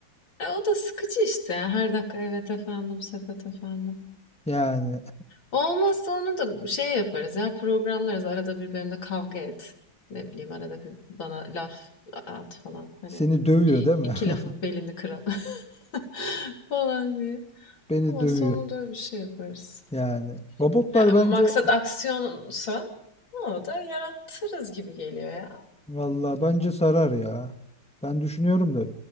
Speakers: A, on the left (about 65°); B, in the centre.
A: E, o da sıkıcı işte. ya. Her dakika evet efendim, sepet efendim.
B: Yani
A: Olmazsa onu da şey yaparız ya programlarız arada bir benimle kavga et. Ne bileyim arada bir bana laf at falan. Hani
B: Seni dövüyor
A: bir
B: değil mi?
A: iki lafın
B: <laughs>
A: belini kıralım <laughs> falan diye.
B: Beni
A: Olmazsa
B: dövüyor.
A: onu da öyle bir şey yaparız.
B: Yani robotlar
A: Ha,
B: bence
A: maksat aksiyonsa onu da yarattırız gibi geliyor ya.
B: valla bence sarar ya. Ben düşünüyorum da